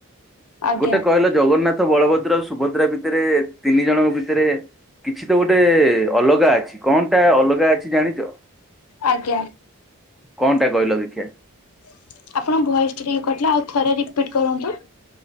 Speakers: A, in the centre; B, on the left.
A: <inaudible>
B: ଆଜ୍ଞା
A: ଗୋଟେ କହିଲ ଜଗନ୍ନାଥ ବଳଭଦ୍ରଉ ସୁଭଦ୍ରା ଭିତରେ ତିନି ଜଣଙ୍କ ଭିତରେ କିଛି ତ ଗୋଟେ ଅଲଗା ଅଛି କଣ ଟା ଅଲଗା ଅଛି ଜାଣିଛ।
B: ଆଜ୍ଞା
A: କଣଟା
B: <inaudible>
A: କହିଲ ଦେଖିଆ?
B: ଆପଣ ଭଏସ ଟା ଟିକେ କଟିଲା ଆଉ ଥରେ ରିପିଟ କରନ୍ତୁ।